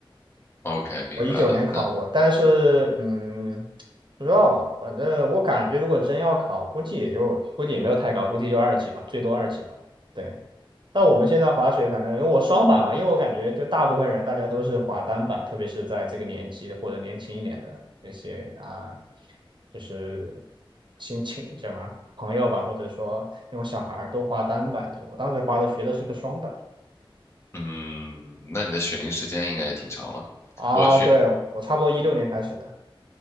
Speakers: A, on the left; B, on the right.
A: ？OK，明白了。
B: 我一九年考过，
A: 那
B: 但是嗯，不知道吧，反正我感觉如果真要考，估计也就估计也没有太高，估计就二级吧，最多二级吧。对，那我们现在滑雪，反正因为我双板嘛，因为我感觉就大部分人大家都是滑单板，特别是在这个年纪或者年轻一点的那些啊、就是亲戚叫什么朋友吧，或者说那种小孩儿都滑单板。对，我当时滑的学的是个双板
A: 嗯，那你的雪龄时间应该也挺长了。
B: 啊，
A: 我学，
B: 对，我差不多一六年开始的。